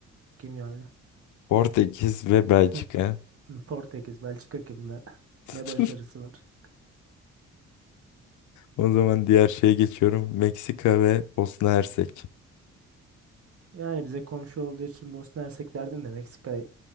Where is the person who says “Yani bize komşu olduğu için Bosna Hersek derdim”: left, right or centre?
Right